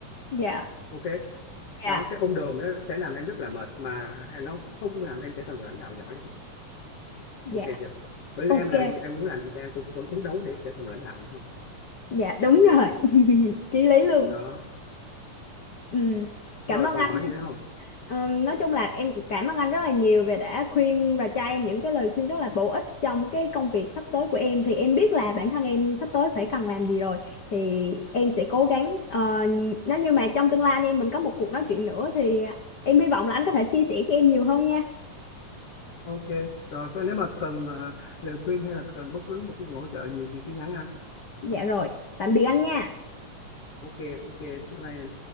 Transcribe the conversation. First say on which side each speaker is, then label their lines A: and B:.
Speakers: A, on the left; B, on the left.
A: dạ
B: ok
A: dạ
B: đó cái ôm đồm nó sẽ làm em rất là mệt mà nó không làm em trở thành một lãnh đạo giỏi
A: dạ
B: ok chưa bởi
A: ok
B: vì em làm gì em muốn làm gì thì em cũng vẫn phấn đấu để trở thành lãnh đạo đúng không
A: Dạ đúng rồi <laughs> Chí lý luôn
B: đó
A: ừ. Cảm
B: rồi
A: ơn
B: còn
A: anh
B: hỏi
A: nha.
B: gì nữa không
A: Ừm, Nói chung là em cũng cảm ơn anh rất là nhiều Về đã khuyên và cho em những cái lời khuyên rất là bổ ích Trong cái công việc sắp tới của em Thì em biết là bản thân em sắp tới phải cần làm gì rồi Thì em sẽ cố gắng ờ, Nếu như mà trong tương lai anh em mình có một cuộc nói chuyện nữa Thì em hy vọng là anh có thể chia sẻ cho em nhiều hơn nha
B: Ok, rồi nếu mà cần ờ, lời khuyên hay là cần bất cứ một cái sự hỗ trợ gì thì cứ nhắn anh.
A: Dạ rồi, tạm biệt anh nha
B: ok ok bye bye em